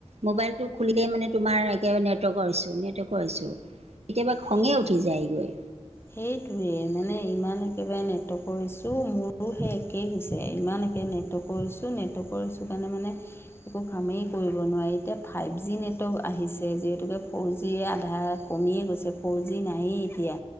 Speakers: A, on the right (about 65°); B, on the left (about 20°).
A: মোবাইলটো খুলিলেই মানে তোমাৰ একে নেটৱৰ্কৰ ইচ্যু-নেটৱৰ্কৰ ইচ্যু। কেতিয়াবা খঙে
B: সেইটো
A: উঠি যায়গৈ।
B: সেইটোৱে, মানে ইমান একেবাৰে নেটৱৰ্কৰ ইচ্যু, মোৰো সেই একেই হৈছে, ইমান একে নেটৱৰ্কৰ ইচ্যু নেটৱৰ্কৰ ইচ্যুৰ কাৰণে মানে একো কামেই কৰিব নোৱাৰি, এতিয়া ফাইভ জি নেটৱৰ্ক আহিছে, যিহেতুকে ফ'ৰ জিয়ে আধাৰ কমিয়ে গৈছে, ফ'ৰ জি নায়েই এতিয়া।